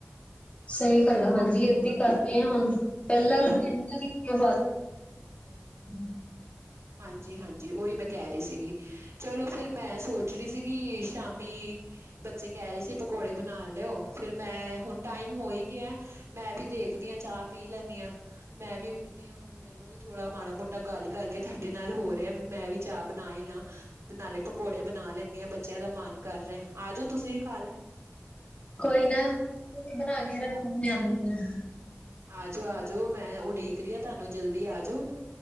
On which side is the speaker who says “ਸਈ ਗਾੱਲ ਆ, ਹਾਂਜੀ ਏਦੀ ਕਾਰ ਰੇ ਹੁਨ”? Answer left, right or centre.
Left